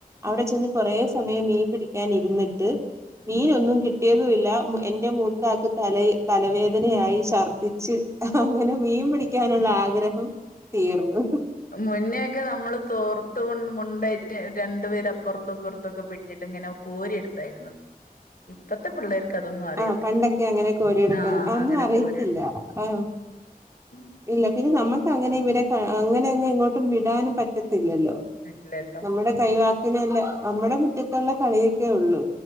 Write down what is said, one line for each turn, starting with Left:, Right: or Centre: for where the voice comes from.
Right: അവിടെ ചെന്ന് കൊറേ സമയം മീൻ പിടിക്കാൻ ഇരുന്നിട്ട് മീനൊന്നും കിട്ടിയതുല്ല എ ന്നെ മൂത്താൾക്ക് തല തലവേദനയായി ശർദ്ധി ച്ച് അങ്ങനെ മീൻ പിടി ക്കാനുള്ള ആഗ്രഹം തീർന്നു
Left: മുന്നേക്കെ നമ്മള് തോർത്തുകൊണ്ട് മുണ്ടായിട്ട് രണ്ടു പേര് അപ്പുറത്തുംപ്പുറത്തൊക്കെ പിടിച്ചിട്ട് ഇങ്ങനെ കോരി എടുത്താരുന്നു മീൻ ഇപ്പത്തെ പിള്ളേർക്ക് അതൊന്നും അറിയത്തില്ല
Right: ആ പണ്ടൊക്കെ അങ്ങനെയൊക്കെ കോരിയെടുക്കു
Left: ആഹ്
Right: ഒന്നും
Left: അങ്ങനെ
Right: അറിയത്തില്ല
Left: കോരിയെടുക്കും
Right: ആഹ്
Left: ഉം
Right: ഇല്ല പിന്നെ നമ്മക്ക് അങ്ങനെ ഇവരെ അങ്ങനെ അങ്ങ് ഇങ്ങോട്ടും വിടാനും പറ്റത്തി ല്ലല്ലോ
Left: ഇല്ലല്ലോ
Right: നമ്മുടെ കൈ പിന്നെല്ല നമ്മടെ മുറ്റത്തുള്ള കളിയൊക്കെ ഉള്ളു